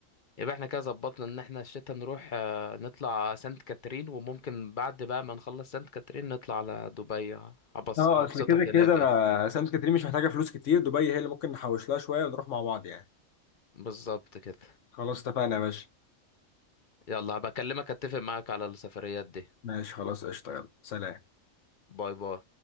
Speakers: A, on the left; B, on the left.
A: يبقى احنا كده ظبطنا ان احنا الشتا نروح آه، نطلع سانت كاترين وممكن بعد بقى ما نخلص سانت كاترين نطلع على دبي هبص
B: اه
A: هبسطك
B: اصل كده
A: هناك
B: كده
A: يعني.
B: سانت كاترين مش محتاجه فلوس كتير دبي هي اللي ممكن نحوش لها شويه ونروح مع بعض يعني
A: بالظبط كده
B: خلاص اتفقنا يا باشا
A: يلا هبكلمك اتفق معاك على السفريات دي
B: ماشي خلاص قشطه يلا سلام
A: باي باي